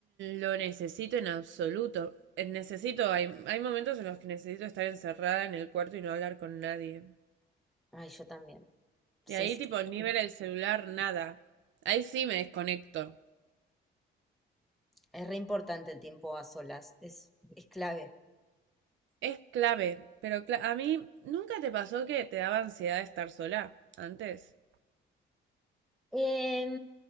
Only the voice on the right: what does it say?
lo necesito en absoluto. Eh, Necesito, hay, hay momentos en los que necesito estar encerrada en el cuarto y no hablar con nadie.
Y ahí
tipo
ni ver el celular, nada. Ahí sí me desconecto.
Es clave, pero cla- a mí nunca te pasó que te daba ansiedad estar sola antes.